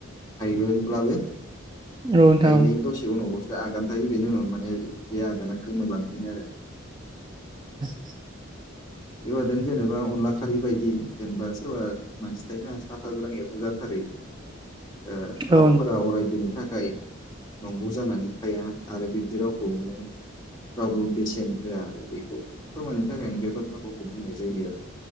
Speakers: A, on the left; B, on the right.
A: हायबायब्लाबो।
B: नोंथां औ नोंथां
A: हायनाय
B: औ
A: दसे उनावबासो आगान थायो बेनि उनाव माने बे आगाना गोमोरलांफिनो आरो।
B: <inaudible>
A: बेबादिनो जेनेबा अनला खारि बायदि जेनेबा सोरबा मानसि थायोना सा साज्रां एबा जाथारै। ओ
B: औ
A: रावफोरा अराय दिनै। थाखाय नंगौ जानानै थाया आरो बिब्दि रावखौनो। रावबो बेसेन होआ आरो बेखौ फोरमायनो थाखायनो बे बाथ्राफोरखौ बुंनाय जायो आरो।